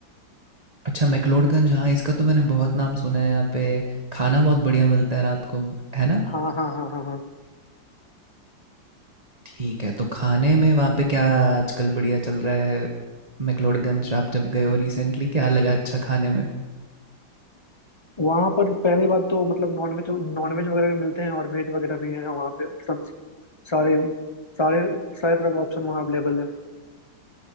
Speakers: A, on the right; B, on the left.
A: अच्छा मैक्लोडगंज हाँ, इसका तो मैंने बहुत नाम सुना है यहाँ पे, खाना बहुत बढ़िया मिलता है रात को, है ना?
B: हाँ हाँ हाँ हाँ हाँ
A: ठीक है, तो खाने में वहाँ पे क्या आजकल बढ़िया चल रहा है? मैक्लोडगंज आप जब गए हो रिसेंटली क्या लगा अच्छा खाने में?
B: वहाँ पर पहली बात तो मतलब नॉनवेज नॉनवेज वगैरह भी मिलते हैं और वेज वगैरह भी हैं वहाँ पे ऑप्शन सारे सारे सारे तरह का ऑप्शन वहाँ अवेलेबल है